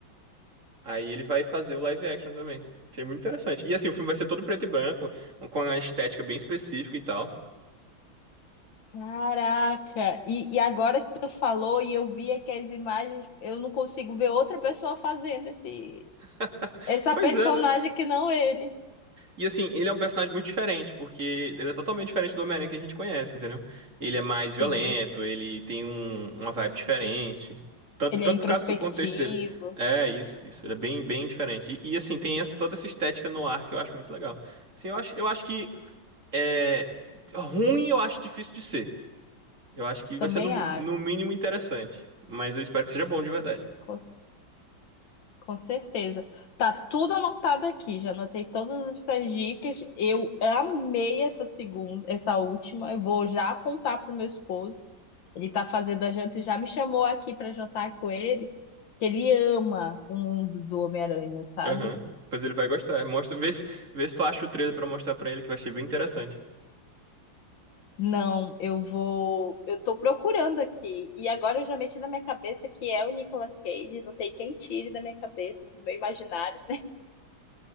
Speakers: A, on the right; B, on the left.
A: Aí ele vai fazer o live action também. Achei muito interessante. E assim, o filme vai ser todo preto e branco, com a estética bem específica e tal.
B: Caraca. E, e agora que tu falou e eu vi aqui as imagens, eu não consigo ver outra pessoa fazendo esse
A: <laughs>
B: Essa
A: Pois
B: personagem
A: é, né?
B: que não ele.
A: E assim, ele é um personagem muito diferente, porque ele é totalmente diferente do Homem-Aranha que a gente conhece, entendeu? Ele é mais violento,
B: Sim.
A: ele tem um- uma vibe diferente. Tanto,
B: Ele
A: tanto
B: é introspectivo.
A: por causa do contexto dele. É, isso, isso. Ele é bem, bem diferente. E, e, assim, tem essa, toda essa estética no ar que eu acho muito legal. Assim, eu acho, eu acho que é, ruim eu acho difícil de ser. Eu acho que
B: Também
A: vai ser no,
B: acho.
A: no mínimo interessante. Mas eu espero que seja bom de verdade.
B: Com, com certeza. Tá tudo anotado aqui. Já anotei todas essas dicas. Eu amei essa segunda, essa última. Eu vou já contar pro meu esposo. Ele tá fazendo a janta e já me chamou aqui para jantar com ele. Que ele ama o mundo do Homem-Aranha, sabe?
A: Aham. Pois ele vai gostar. Mostra, vê se, vê se tu acha o trailer pra mostrar pra ele que vai ser bem interessante.
B: Não, eu vou. Eu tô procurando aqui. E agora eu já meti na minha cabeça que é o Nicolas Cage. Não tem quem tire da minha cabeça, do meu imaginário,